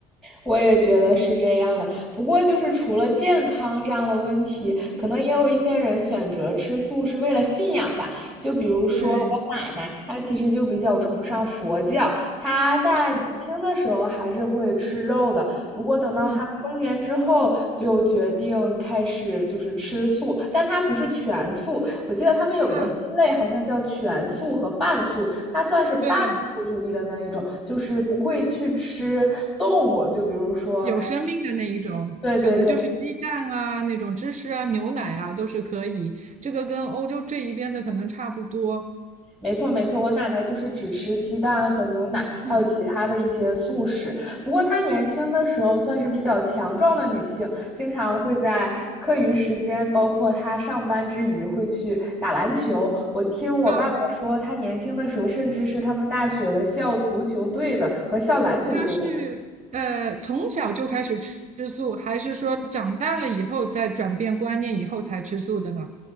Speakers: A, in the centre; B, on the right.
A: 我也觉得是这样的。不过，就是除了健康这样的问题，可能也有一些人选择吃素是为了信仰吧。
B: 嗯，
A: 就比如说我奶奶，
B: 对，
A: 她其实就比较崇尚佛教，她在年轻的时候还是会吃肉的。
B: 啊，
A: 不过等到她中年之后，
B: 嗯，
A: 就决定开始就是吃素，但她不是全素。我记得他们有一个分类，
B: 啊，
A: 好像叫全素和半素。它算是半素主义的那一种，
B: 对。
A: 就是不会去吃动物，就比如说，
B: 有生命的那一种，
A: 对对对，
B: 可能就是鸡蛋啊、那种芝士啊、牛奶啊都是可以。这个跟欧洲这一边的可能差不多。
A: 没错没错，我奶奶就是只吃鸡蛋和牛奶，还有其他的一些素食。
B: 嗯，
A: 不过她年轻的时候算是比较强壮的女性，经常会在课余时间，包括她上班之余会去打篮球。我听我爸爸说，
B: 啊，
A: 她年轻的时候甚至是他们大学的校足球队的和校篮球队的
B: 他是呃从小就开始吃吃素，还是说长大了以后再转变观念以后才吃素的呢？